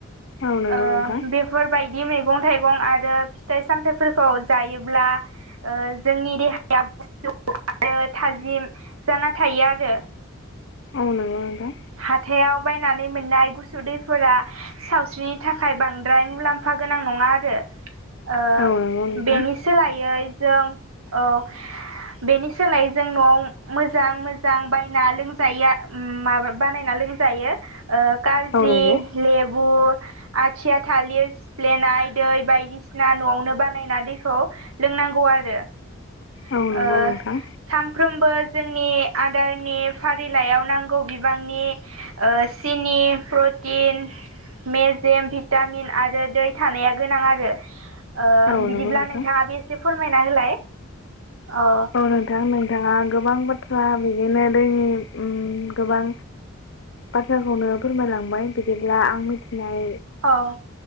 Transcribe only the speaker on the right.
ओ
बेफोरबायदि मैगं थाइगं आरो फिथाइ सामथाइफोरखौ जायोब्ला ओ जोंनि देहाया <unintelligible> आरो थाजिम जाना थायो आरो।
हाथायाव बायनानै मोननाय गुसु दैफोरा साव थ्रि थाखाय बांद्राय मुलाम्फा गोनां नङा आरो ओ
बेनि सोलायो जों औ बेनि सोलायै जों न'आव मोजां मोजां बायना लोंजायो माबा बानायना लोंजायो जायो ओ कारजि
लेबु आथिया थालिर सिफ्लेनाय दै बायदिसिना न'आवनो बानायना दैखौ लोंनांगौ आरो ओ
सानफ्रोमबो जोंनि आदारनि फारिलायाव नांगौ बिबांनि सिनि प्रटिन मेजेम भिटामिन आरो दै थानाया गोनां आरो ओ
बिदिब्ला
नोंथाङाबो एसे फोरमायना होलाय अ
औ